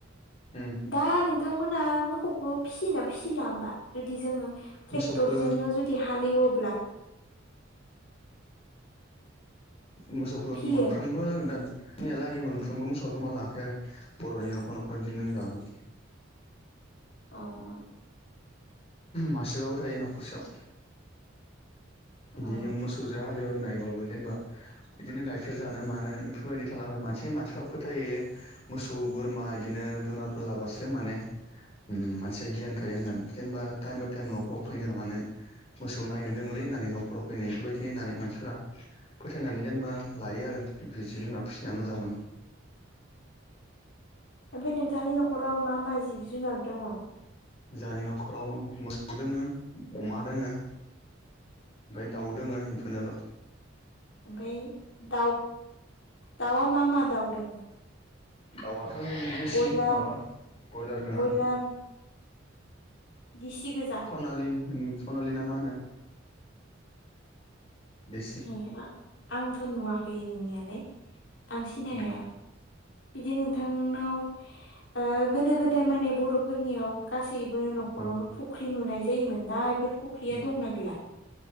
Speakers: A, on the left; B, on the left.
A: उम
B: दा नोंथांमोना मोखौखो फिसियोना फिसिला होमबा जु दि जोङो
A: मोसौखो
B: ट्रेक्टरजोंनो जुदि हालएवोब्ला
A: मोसौखौ
B: फियो
A: मोनफ्रोमबो दा नैयाहालागै मोनफ्रोमबो मोसौआ गोमा लाङाखै आरो बर'नि न'खर न'खर दों दाबो
B: अ अ
A: मासेबाबो थायो न'खरसेयाव बिदि
B: अ
A: मोसौजों हालएवनायबाबो जेनेबा बिदिनो गाइखेर जा नो मानो बेफोरबायदि थालाङो मानसि मानसिफ्रा फोथायो मोसौ बोरमा बिदिनो जुनारफोर लाबासो माने ओम मानसिया गियान थायो होननानै जेनेबा टाइम बाय टाइम न'खराव फैनो मानो मोसौ नायनो दोंलै होननानै न'फोराव फैनो बेफोरबायदि होननानै मानसिफोरा फोथायनानै जेनेबा लायो आरो बे जिब जुनार फिसिना मोजां मोनो।
B: ओमफाय नोंथांनि न'खराव मा मा जिब जुनार दङ?
A: जोंहानि न'खराव मोसौ दोङो अमा दोङो। ओमफाय दाउ दोङो बेफोरनोल'।
B: ओमफाय दाउ दाउआ मा मा दाउ दोङो।
A: दाउआथ' देसि
B: बयलार
A: माबा ब्रयलार नङा
B: बयलार दिसि गोजा
A: सनालि सनालि ना मा होनो। देसि
B: ए आंथ' नुवाखै नुनायालाय आं सिनाय
A: उम
B: हाया। बिदि नोंथांनाव ओ गोदो गोदाय माने बर'फोरनियाव गासै बो न'खरावनो
A: उम
B: फुख्रि नुनाय जायोमोन दा बेफोर फुख्रिया
A: उम
B: दंना गैला?